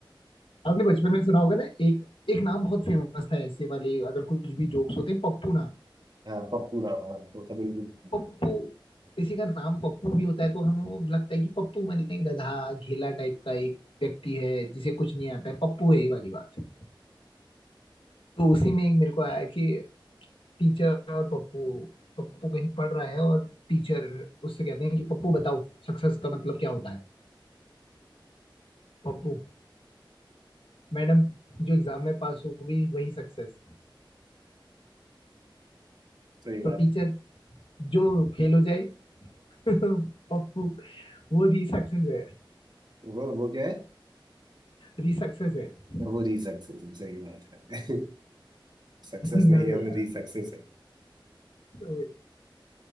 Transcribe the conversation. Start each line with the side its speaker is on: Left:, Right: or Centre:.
Left: आपने बचपन में सुना होगा ना एक एक नाम बहुत फेमस था ऐसे वाले अगर कुछ भी जोक्स होते हैं पप्पू नाम
Right: ああ。ああ、ポップだわ。こう食べるべきかもうん。うん。うん。うん。うん。सही
Left: पप्पू किसी का नाम पप्पू भी होता है तो हमें वो लगता है कि पप्पू मैंने गधा घेला टाइप का एक व्यक्ति है जिसे कुछ नहीं आता है पप्पू है ये वाली बात तो उसी में एक मेरे को आया कि टीचर और पप्पू पप्पू कहीं पढ़ रहा है और टीचर उससे कहते हैं कि पप्पू बताओ सक्सेस का मतलब क्या होता है पप्पू मैडम जो एग्जाम में पास होगी वही सक्सेस
Right: <laughs>
Left: तो
Right: बात
Left: टीचर जो फेल हो जाए <laughs> पप्पू वो री सक्सेस है
Right: वो वो क्या है
Left: री सक्सेस है <laughs>
Right: वो री सक्सेस है सही बात है <laughs> सक्सेस
Left: अरे
Right: नहीं है
Left: यार
Right: वो री सक्सेस है
Left: तो-